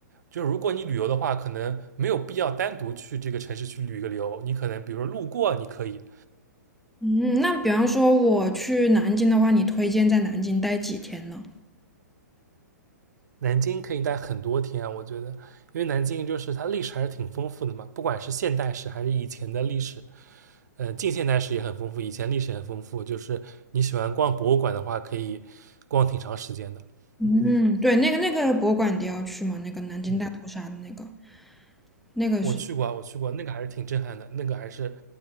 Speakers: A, on the right; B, in the centre.
A: 就是如果你旅游的话，可能没有必要单独去这个城市去旅个游，你可能比如说路过你可以，
B: 嗯，那比方说我去南京的话，你推荐在南京待几天呢？
A: 南京可以待很多天啊我觉得，因为南京就是它历史还是挺丰富的嘛，不管是现代史还是以前的历史，呃，近现代史也很丰富，以前历史也很丰富。就是你喜欢逛博物馆的话，可以逛挺长时间的。
B: 嗯，
A: 嗯
B: 对，那个那个博物馆你都要去嘛，那个南京大屠杀的那个，
A: 嗯，
B: 那个是。
A: 我去过啊，我去过，那个还是挺震撼的，那个还是因